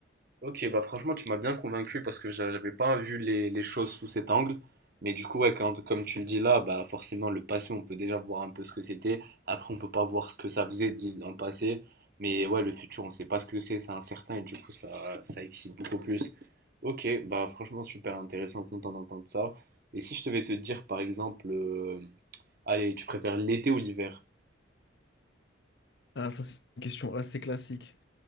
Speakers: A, on the right; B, on the left.
A: Ok, bah franchement, tu m'as bien convaincu parce que j'a- j'avais pas vu les, les choses sous cet angle. Mais du coup, ouais, quand- comme tu le dis là, bah forcément, le passé, on peut déjà voir un peu ce que c'était. Après, on peut pas voir ce que ça faisait dit- dans le passé. Mais ouais, le futur, on sait pas ce que c'est, c'est incertain et du coup, ça, ça excite beaucoup plus. Ok, bah franchement, super intéressant, content d'entendre ça. Et si je devais te dire, par exemple, euh, allez, tu préfères l'été ou l'hiver?
B: Ah, ça, c'est une question assez classique.